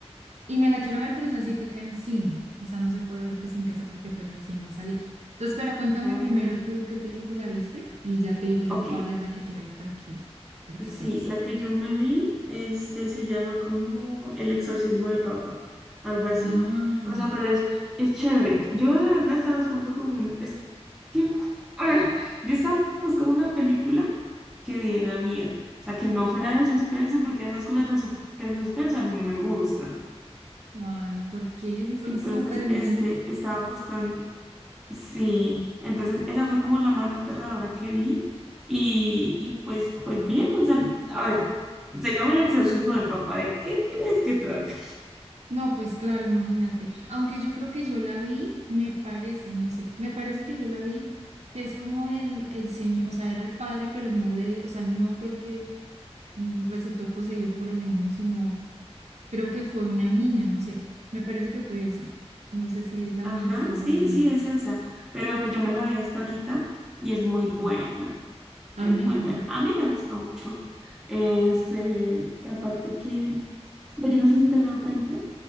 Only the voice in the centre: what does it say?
Ah,
Ok,
sí,
la que yo me vi, este, se llama como El exorcismo del Papa, algo así.
O sea, pero es, es chévere. Yo la verdad estaba buscando como un, es que, ah, yo estaba buscando una película que diera miedo, o sea, que no fuera de suspenso, porque esas cosas de, su- de suspenso a mí no me gustan.
Entonces,
este, estaba buscando, sí, entonces esa fue como la más aterradora que vi y, y pues, pues bien, o sea, a ver, se llama el exorcismo del papá, ¿de qué crees que trata?
Ajá,
sí,
sí, es esa, pero pues yo me la vi hasta ahorita y es muy buena.
Es
muy
buena. A mí me gustó mucho. Es, eh, y aparte que, pues yo no sé si te has dado cuenta,